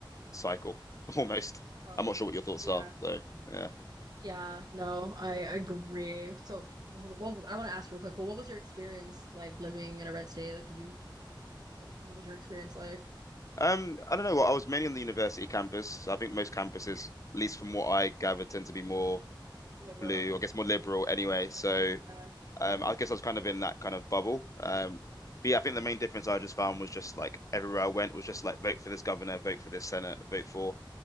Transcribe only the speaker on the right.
Oh,
yeah.
Yeah, no, I agree. So, well, I want to ask real quick. Well, what was your experience like living in a red state? Like, did you, what what was your experience like?
Liberal.
Yeah, true.